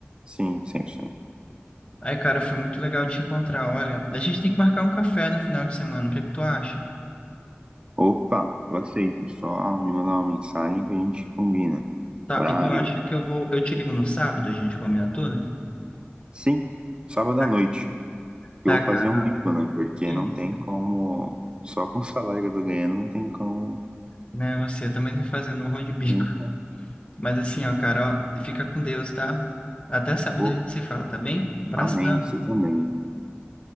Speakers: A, on the right (about 25°); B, on the left (about 30°).
A: sim, 100%.
B: Aí, cara, foi muito legal te encontrar. Olha, a gente tem que marcar um café no final de semana. O que é que tu acha?
A: Opa, eu aceito. Só me mandar uma mensagem que a gente combina.
B: Tá,
A: Horário.
B: então eu acho que eu vou. Eu te ligo no sábado, a gente combina tudo?
A: Sim, sábado
B: Tá,
A: à noite.
B: tá,
A: Eu vou fazer
B: cara.
A: um bico, né? Porque
B: Isso.
A: não tem como. Só com o salário que eu tô ganhando, não tem como.
B: Né, você eu também tá fazendo um rol de
A: sustentar.
B: bico. Mas assim, ó, carol fica com Deus, tá? Até sábado
A: Opa,
B: a gente se fala, tá bem? Abração.
A: amém. Você também.